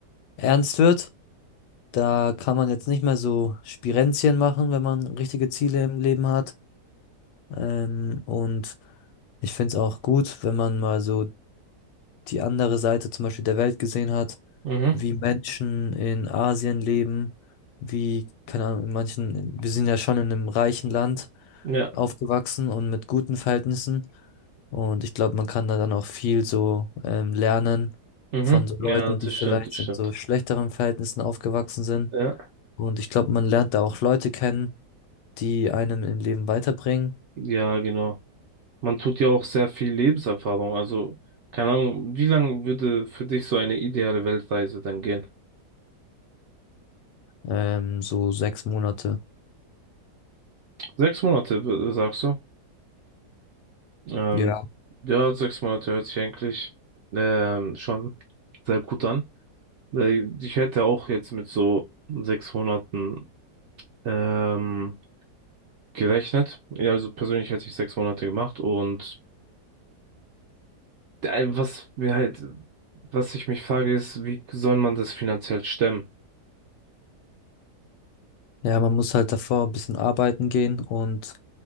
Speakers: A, on the left; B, on the right.
A: ernst wird. Da kann man jetzt nicht mehr so Spirenzchen machen, wenn man richtige Ziele im Leben hat. Ähm, und ich finde es auch gut, wenn man mal so die andere Seite zum Beispiel der Welt gesehen hat,
B: Mhm.
A: wie Menschen in Asien leben, wie, keine Ahnung, in manchen, wir sind ja schon in einem reichen Land
B: Ja,
A: aufgewachsen und mit guten Verhältnissen. Und ich glaube, man kann da dann auch viel so ähm, lernen
B: mhm.
A: von so
B: Ja,
A: Leuten,
B: das
A: die vielleicht
B: stimmt, das stimmt.
A: in so schlechteren Verhältnissen aufgewachsen sind.
B: Ja,
A: Und ich glaube, man lernt da auch Leute kennen, die einem im Leben weiterbringen.
B: ja, genau. Man tut ja auch sehr viel Lebenserfahrung. Also, keine Ahnung, wie lang würde für dich so eine ideale Weltreise dann gehen?
A: Ähm, so sechs Monate.
B: Sechs Monate, w- sagst du? Ähm,
A: Ja.
B: ja, sechs Monate hört sich eigentlich ähm, schon sehr gut an. Weil ich hätte auch jetzt mit so sechs Monaten ähm, gerechnet. Ja, also persönlich hätte ich sechs Monate gemacht. Und äh, was mir halt, was ich mich frage, ist, wie soll man das finanziell stemmen?
A: Ja, man muss halt davor ein bisschen arbeiten gehen und